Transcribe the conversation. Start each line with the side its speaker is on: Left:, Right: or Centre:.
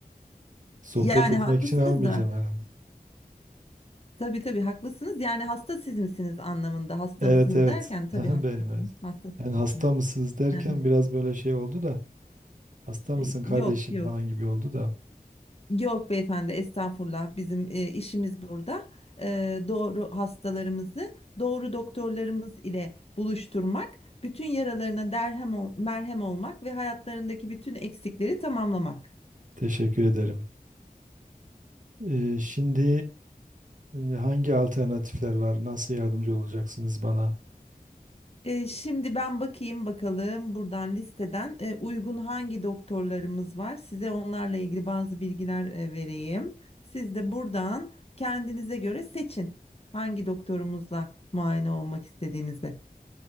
Right: Sohbet
Left: Yani
Right: etmek
Left: haklısınız
Right: için almayacağım
Left: da.
Right: herhalde.
Left: Tabii tabii haklısınız. Yani hasta siz misiniz anlamında. Hasta
Right: Evet
Left: mısınız
Right: evet.
Left: derken
Right: <laughs>
Left: tabii
Right: Aha,
Left: haklısınız.
Right: Benim evet.
Left: Hasta
Right: Yani
Left: siz
Right: hasta
Left: misiniz?
Right: mısınız derken
Left: Hı hı.
Right: biraz böyle şey oldu da hasta
Left: Ee,
Right: mısın kardeşim
Left: Yok yok.
Right: falan gibi oldu da
Left: Yok beyefendi, estağfurullah. Bizim e, işimiz burada. E, doğru hastalarımızı doğru doktorlarımız ile buluşturmak, bütün yaralarına derhem ol- merhem olmak ve hayatlarındaki bütün eksikleri tamamlamak.
Right: teşekkür ederim. Ee, şimdi e, hangi alternatifler var? Nasıl yardımcı olacaksınız bana?
Left: E, şimdi ben bakayım bakalım buradan listeden e, uygun hangi doktorlarımız var. Size onlarla ilgili bazı bilgiler e, vereyim. Siz de buradan kendinize göre seçin hangi doktorumuzla muayene olmak istediğinizi.